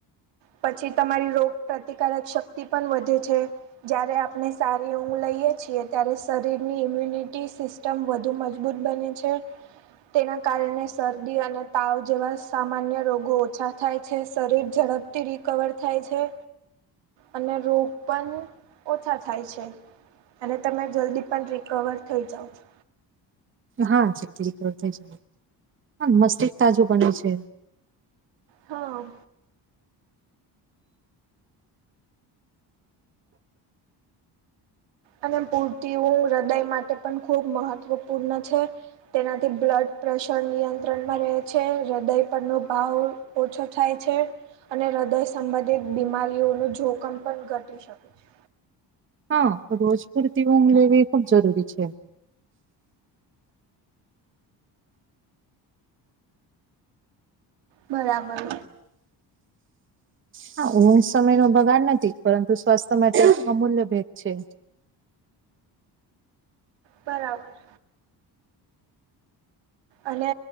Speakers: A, on the right (about 80°); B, on the right (about 30°).
A: પછી તમારી રોગ પ્રતિકારક શક્તિ પણ વધે છે. જ્યારે આપણે સારી ઊંધ લઈએ છીએ ત્યારે શરીરની ઇમ્યુનિટી સિસ્ટમ વધુ મજબૂત બને છે. તેના કારણે શરદી અને તાવ જેવા સામાન્ય રોગ ઓછા થાય છે. શરીર ઝડપથી રિકવર થાય છે. અને રોગ પણ ઓછા થાય છે. અને તમે જલ્દી પણ રિકવર થઈ જાઓ છો.
B: હા જલ્દી રીકવર થાય છે. મસ્તિષ્ક તાજું બને છે.
A: હા અને પૂર્તિ ઊંધ હૃદય માટે પણ ખૂબ મહત્વપૂર્ણ છે. તેનાથી બ્લડ પ્રેશર નિયંત્રણમાં રહે છે. હૃદય પરનો ભાર ઓછો થાય છે. અને હૃદય સંબંધિત બીમારીઓનું જોખમ પણ ઘટી શકે છે.
B: હા રોજ પૂરતી ઊંઘ લેવી ખુબ જરૂરી છે.
A: બરાબર
B: હા ઊંધધ સમય નો બગાડ નથી. પરંતુ સ્વાસ્થ્ય માટે અમૂલ્ય ભેટ છે.
A: બરાબર અને